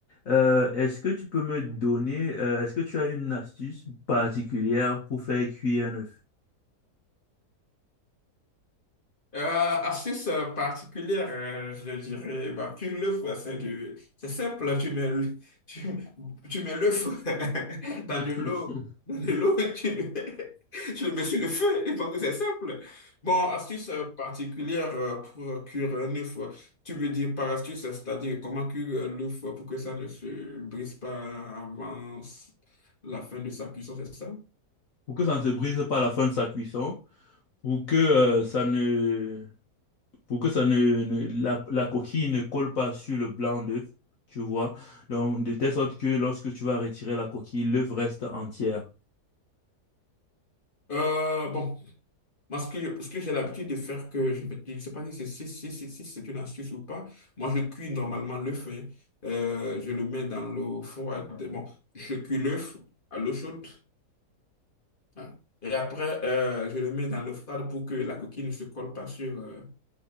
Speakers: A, on the left; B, on the left.
A: Euh, est-ce que tu peux me donner, euh, est-ce que tu as une astuce particulière pour faire cuire un œuf?
B: Euh, astuce euh, particulière, euh, je dirais, bah, cuire l'œuf, ouais, c'est de- c'est simple, tu mets, le- tu, tu mets l'œuf <laughs> dans
A: <laughs>
B: de l'eau, dans de l'eau, <laughs> tu le, tu le mets sur le feu, et pense que c'est simple. Bon, astuce euh, particulière euh, pour cuire un œuf, ouais. tu veux dire par astuce, c'est-à-dire comment cuire euh, l'œuf euh, pour que ça ne se brise pas avant s- la fin de sa cuisson, c'est ça?
A: pour que ça ne se brise pas à la fin de sa cuisson, pour que euh, ça ne, pour que ça ne, ne- la, la coquille ne colle pas sur le blanc d'œuf, tu vois. Donc, de telle sorte que lorsque tu vas retirer la coquille, l'œuf reste entière.
B: Euh, bon. Moi, ce que, je- ce que j'ai l'habitude de faire, que je ne sais pas si c'est si, si- si- si c'est une astuce ou pas, moi, je cuis normalement l'œuf. hein. Euh, je le mets dans l'eau froide. Bon, je cuis l'œuf à l'eau chaude. hein. Et après, euh, je le mets dans l'eau froide pour que la coquille ne se colle pas sur... euh,